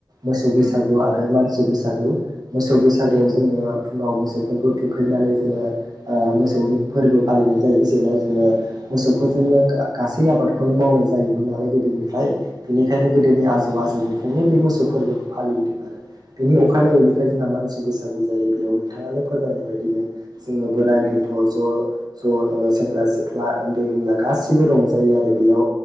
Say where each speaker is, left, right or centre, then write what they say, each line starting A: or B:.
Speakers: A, on the right; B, on the left.
A: मोसौ बैसागु
B: उम
A: आरो मानसि बैसागु मोसौ बैसागुआव
B: औ
A: जोङो फुङाव मोसौफोरखौ थुखैनानै जोङो ओ मोसौनि फोरबो फालिनाय जायो । जेनाय जोङो मोसौफोरजोंनो गा-गासै आबादखौनो मावनाय जायोमोन नालाय गोदोनिफ्राय बेनिखायनो गोद दोनि आजौ आजौनिफ्रायनो बे मोसौ फोरबोखौ फालिबोदों आरो बेनि अखानायैनिफ्राय जोंहा मानसि बैसागु जायो बेयाव नोंथाङानो फोरमायनाय बायदिनो जोङो बोराय
B: उम
A: बेन्थ' ज' ज' ओ सेंग्रा सि ख्ला ओन्दै ओनला गासिबो रंजायो आरो बियाव।